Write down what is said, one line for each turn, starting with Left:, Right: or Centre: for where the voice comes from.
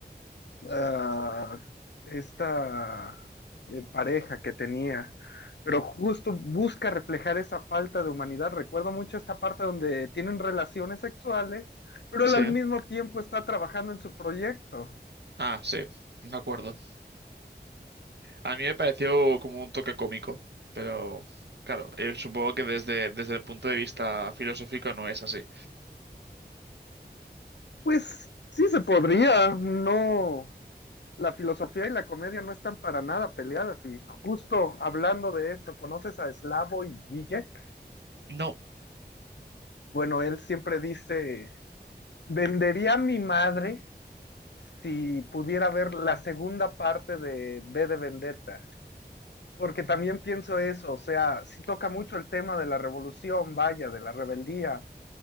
Left: ah, esta eh, pareja que tenía, pero justo busca reflejar esa falta de humanidad. Recuerdo mucho esta parte donde tienen relaciones sexuales, pero
Right: sí,
Left: él al mismo tiempo está trabajando en su proyecto.
Right: ah, sí, de acuerdo. A mí me pareció como un toque cómico, pero claro, eh, supongo que desde, desde el punto de vista filosófico no es así.
Left: Pues sí se podría, no. La filosofía y la comedia no están para nada peleadas. Y justo hablando de esto, ¿conoces a Slavoj Žižek
Right: No,
Left: Bueno, él siempre dice, vendería a mi madre si pudiera ver la segunda parte de B de Vendetta, porque también pienso eso, o sea, si toca mucho el tema de la revolución, vaya, de la rebeldía,